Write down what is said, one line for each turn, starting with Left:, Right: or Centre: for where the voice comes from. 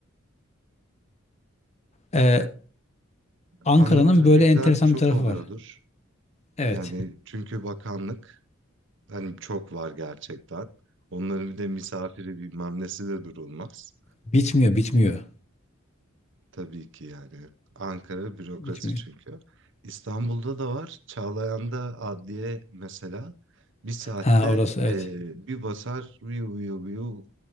Left: Ee, Ankara'nın
Right: Anlık trafikler
Left: böyle enteresan
Right: çok
Left: bir tarafı
Right: oluyordur.
Left: var. Evet.
Right: Yani çünkü bakanlık hani çok var gerçekten. Onların bir de misafiri bilmem nesi de durulmaz.
Left: Bitmiyor, bitmiyor.
Right: Tabii ki yani. Ankara bürokrasi
Left: Bitmiyor.
Right: çünkü. İstanbul'da da var. Çağlayan'da adliye mesela bir saatte
Left: Ha orası evet.
Right: e, bir basar viyu viyu viyu